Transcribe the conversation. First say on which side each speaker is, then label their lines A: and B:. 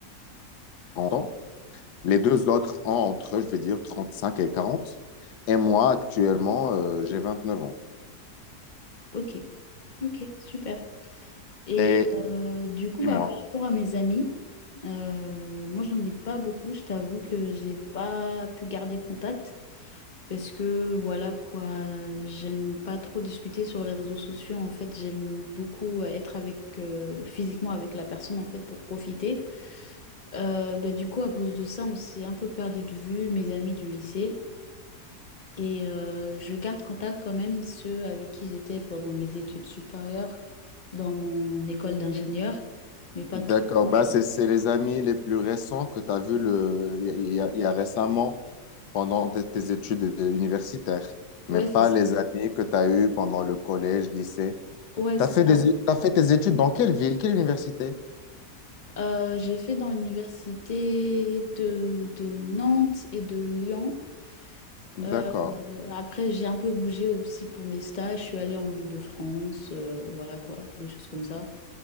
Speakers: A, on the left; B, on the left.
A: ans. Les deux autres ont entre, je vais dire, 35 et 40. Et moi, actuellement, euh, j'ai 29 ans.
B: Ok, ok, super. Et
A: Et
B: euh, du coup,
A: dis-moi.
B: bah, par rapport à mes amis, euh, moi, j'en ai pas beaucoup. Je t'avoue que j'ai pas pu garder contact parce que voilà quoi, j'aime pas trop discuter sur les réseaux sociaux. En fait, j'aime beaucoup être avec euh, physiquement avec la personne en fait pour profiter. Euh, bah, du coup, à cause de ça, on s'est un peu perdu de vue, mes amis du lycée. Et euh, je garde contact quand même ceux avec qui j'étais pendant mes études supérieures dans mon école d'ingénieur, mais pas
A: D'accord.
B: tout le monde.
A: Bah,
B: hein.
A: c'est, c'est les amis les plus récents que tu as vus le... il y a, il y a récemment pendant tes tes études euh, universitaires, mais
B: Ouais,
A: pas
B: c'est ça.
A: les amis que tu as eus pendant le collège, lycée.
B: Ouais,
A: Tu
B: c'est
A: as fait
B: ça.
A: des... t'as fait tes études dans quelle ville, quelle université?
B: Euh, j'ai fait dans l'université de, de Nantes et de Lyon.
A: D'accord.
B: Euh, après, j'ai un peu bougé aussi pour mes stages. Je suis allée en Île-de-France, euh, voilà quoi, des choses comme ça.